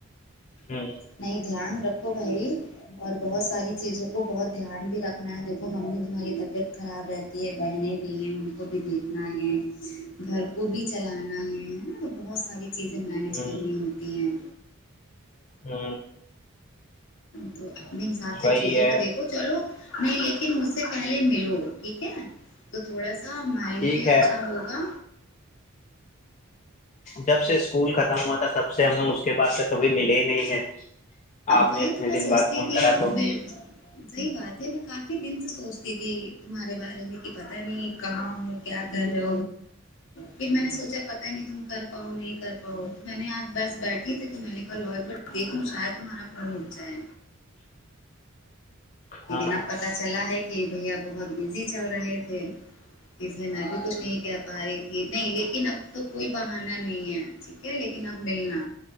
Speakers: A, on the left; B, on the left.
A: ہاں
B: نہیں دھیان رکھو بھائی اور بہت ساری چیزوں کو بہت دھیان بھی رکھنا ہے دیکھو ممی تمہاری طبیعت خراب رہتی ہے بہنیں بھی ہیں ان کو بھی دیکھنا ہے گھر کو بھی چلانا ہے ہے نا تو بہت ساری چیزیں مینج
A: ہ
B: کرنی ہوتی ہیں
A: ہ
B: تو اپنے حساب سے
A: وہی
B: چیزوں
A: ہے
B: کو دیکھ تو چلو نہیں لیکن اس سے پہلے ملو ٹھیک ہے تو تھوڑا سا مائنڈ
A: ٹھیک
B: بھی اچھا
A: ہے
B: ہوگا
A: جب سے اسکول ختم ہوا تھا تب سے ہم لوگ اس کے پاس کبھی ملے ہی نہیں ہیں آپ نے
B: وہی
A: اتنے
B: تو میں
A: دن
B: سوچتی
A: بعد فون
B: تھی
A: کرا تو
B: ب صحیح بات ہے میںف دن سے سوچتی تھی تمہارے بارے میں کہ پتہ نہیں کہاں کیا گھر ہے پھر میں نے سوچا پتا نہیں تم کر پاؤ نہیں تو میں نے آج بس بیٹھی تھی تو میں نے کہا لو بٹ دیکھوں شاید تمہارا کون اٹ جائے لیکن
A: ہاں
B: اب پتا چلا ہے کہ بھیا بہت بزی چل رہے تھے اس لیے نہ بھی کچھ نہیں کہہ پا رہی تھی نہیں لیکن اب تو کوئی بہانا نہیں ہے ٹھیک ہے لیکن اب ملنا